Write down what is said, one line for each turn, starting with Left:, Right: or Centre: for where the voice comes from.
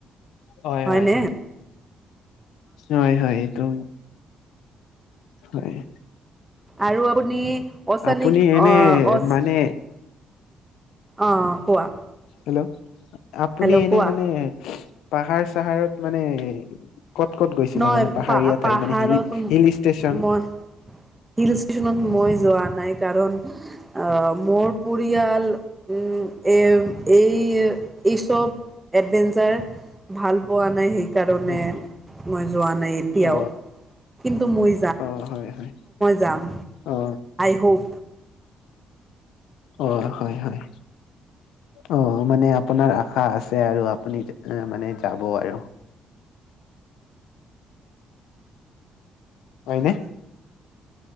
Left: হয়
Right: হয়নে
Left: হয় হয় হয় হয় এইটো। হয়।
Right: আৰু আপুনি অচানিক
Left: আপুনি এনে
Right: অ অচ
Left: মানে।
Right: অ কোৱা।
Left: হেল্ল' আপুনি
Right: হেল্ল'
Left: এনে
Right: কোৱা
Left: মানে, পাহাৰ চাহাৰত মানে। ক'ত ক'ত গৈছিলে
Right: নহয়
Left: মানে পাহাৰীয়া
Right: পা পাহাৰত
Left: ঠাই মানে, হিল হিল ষ্টেচন।
Right: মই হিল ষ্টচনত মই যোৱা নাই কাৰণ। আহ মোৰ পৰিয়াল, উম এ এই এইচব। এডভেঞ্চাৰ, ভাল পোৱা নাই শিক। কাৰণে
Left: হয়
Right: মই যোৱা নাই এতিয়াও।
Left: অ
Right: কিন্তু মই
Left: অ হয় হয়
Right: যাম।
Left: অ
Right: খুব।
Left: অ হয় হয়। অ মানে আপোনাৰ আশা আছে আৰু আপুনি মানে যাব আৰু। হয়নে।